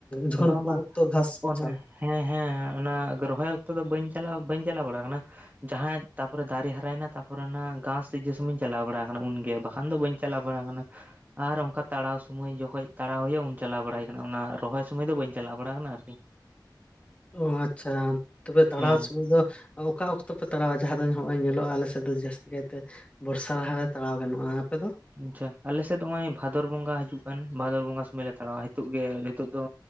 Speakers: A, on the left; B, on the right.
A: ᱡᱚᱠᱷᱚᱱ
B: ᱵᱟᱝ
A: ᱯᱳ
B: ᱵᱟᱝ
A: ᱚᱠᱛᱚ ᱜᱷᱟᱥ ᱵᱟᱪᱷᱟᱣ᱾
B: ᱚᱱᱟ ᱦᱮᱸ ᱦᱮᱸ ᱚᱱᱟ ᱨᱚᱦᱚᱭ ᱚᱠᱛᱚ ᱫᱚ ᱵᱟᱹᱧ ᱪᱟᱞᱟᱣ ᱵᱟᱹᱧ ᱪᱟᱞᱟᱣ ᱵᱟᱲᱟ ᱟᱠᱟᱱᱟ ᱾ ᱡᱟᱦᱟᱸᱭ ᱛᱟᱯᱚᱨᱮ ᱫᱟᱨᱮ ᱦᱟᱨᱟᱭᱮᱱᱟ ᱛᱟᱯᱚᱨᱮ ᱚᱱᱟ ᱜᱷᱟᱸᱥ ᱡᱮ <unintelligible> ᱪᱟᱞᱟᱣ ᱵᱟᱲᱟ ᱟᱠᱟᱱᱟ᱾ ᱩᱱᱜᱮ ᱵᱟᱠᱷᱟᱱ ᱫᱚ ᱵᱟᱹᱧ ᱪᱟᱞᱟᱣ ᱵᱟᱲᱟ ᱟᱠᱟᱱᱟ ᱾ ᱟᱨ ᱚᱱᱠᱟ ᱛᱟᱲᱟᱣ ᱥᱩᱢᱟᱹᱭ ᱡᱚᱠᱷᱚᱱ ᱛᱟᱲᱟᱣ ᱦᱩᱭᱩᱜᱼᱟ ᱩᱱ ᱪᱟᱞᱟᱣ ᱵᱟᱲᱟᱭ ᱟᱠᱟᱱᱟ ᱚᱱᱟ‌ ᱨᱚᱦᱚᱭ ᱥᱚᱢᱚᱭ ᱫᱚ ᱵᱟᱹᱧ ᱪᱟᱞᱟᱣ ᱵᱟᱲᱟ ᱟᱠᱟᱱᱟ ᱟᱹᱨᱠᱤ ᱾
A: ᱚ ᱟᱪᱪᱷᱟ, ᱛᱚᱵᱮ ᱛᱟᱲᱟᱣ
B: ᱦᱩᱸ
A: ᱥᱚᱢᱚᱭ ᱫᱚ ᱚᱠᱟ ᱚᱠᱛᱚ ᱯᱮ ᱛᱟᱲᱟᱣᱟ, ᱡᱟᱦᱟᱸ ᱫᱚ ᱱᱚᱜᱼᱚᱭ ᱧᱮᱞᱚᱜᱼᱟ ᱟᱞᱮ ᱥᱮᱫ ᱫᱚ ᱡᱟᱹᱥᱛᱤ ᱠᱟᱭᱛᱮ ᱵᱚᱨᱥᱟ ᱞᱟᱦᱟᱨᱮ ᱛᱟᱲᱟᱣ ᱜᱟᱱᱚᱜᱼᱟ ᱾ ᱟᱯᱮ ᱫᱚ
B: ᱟᱪᱪᱷᱟ ᱟᱞᱮᱥᱮᱫ ᱱᱚᱜᱼᱚᱭ ᱵᱷᱟᱫᱚᱨ ᱵᱚᱸᱜᱟ ᱦᱤᱡᱩᱜ ᱠᱟᱱ ᱵᱷᱟᱫᱚᱨ ᱵᱚᱸᱜᱟ ᱥᱚᱢᱚᱭ ᱞᱮ ᱛᱟᱲᱟᱣᱟ᱾ ᱱᱤᱛᱚᱜ ᱜᱮ ᱱᱤᱛᱚᱜ ᱫᱚ